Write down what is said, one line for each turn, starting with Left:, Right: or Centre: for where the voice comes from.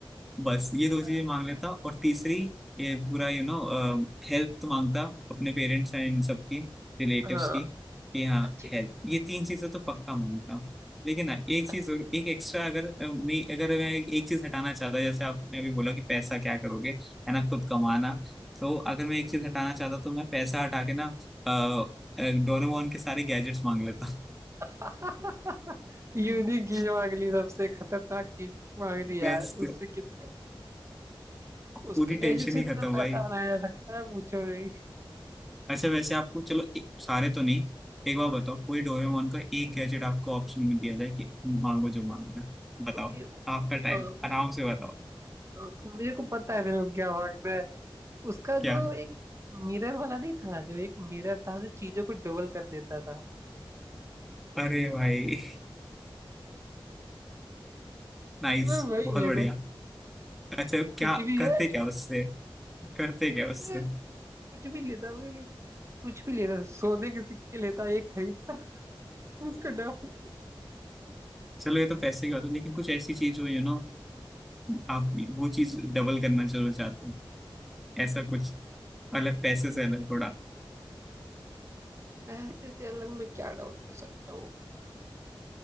Centre: बस ये दो
Right: हाँ
Centre: चीजें मांग लेता और तीसरी ये पूरा यू नो हेल्थ मांगता अपने पेरेंट्स एंड सबकी रिलेटिव्स
Right: हाँ,
Centre: की कि हाँ
Right: अच्छी
Centre: हेल्थ ये तीन चीजें तो पक्का मांगता लेकिन ना एक चीज
Right: अच्छी
Centre: जरूर एक एक्स्ट्रा अगर अ, नहीं अगर मैं एक चीज हटाना चाहता जैसे आपने अभी बोला कि पैसा क्या करोगे है ना खुद कमाना तो अगर मैं एक चीज हटाना चाहता तो मैं पैसा हटा के ना अ, अ, डोरेमोन के सारे गैजेट्स मांग लेता
Right: <laughs> यूनिक
Centre: <laughs>
Right: चीज मांग ली सबसे खतरनाक चीज मांग ली यार
Centre: बेस्ट
Right: उससे कितना उसके
Centre: पूरी
Right: गैजेट
Centre: टेंशन
Right: से
Centre: ही
Right: इतना
Centre: खत्म
Right: पैसा
Centre: भाई
Right: बनाया जा सकता है पूछो नहीं
Centre: ऐसे वैसे आपको चलो एक, सारे तो नहीं एक बार बताओ कोई डोरेमोन का एक गैजेट आपको ऑप्शन में दिया जाए कि मांगो जो मांगना है। बताओ
Right: उसके
Centre: आपका टाइम
Right: हाँ
Centre: है
Right: उस
Centre: आराम से बताओ
Right: हाँ तो मेरे को पता है मेरे को क्या मांगना है उसका
Centre: क्या
Right: जो एक मिरर वाला नहीं था जो एक मिरर था जो चीजों को डबल कर देता था
Centre: अरे भाई <laughs> नाइस
Right: तो मैं वही
Centre: बहुत
Right: लेता
Centre: बढ़िया अच्छा
Right: कुछ
Centre: क्या
Right: भी
Centre: करते
Right: है
Centre: क्या उससे करते क्या उससे
Right: मैं कुछ भी लेता मैं कुछ भी लेता सोने के सिक्के लेता एक खरीदता उसको डबल
Centre: चलो ये तो पैसे की बात है लेकिन कुछ ऐसी चीज हो यू नो आप वो चीज डबल करना चलो चाहते हैं ऐसा कुछ अलग पैसे से अलग थोड़ा
Right: पैसे से अलग मैं क्या डबल कर सकता हूँ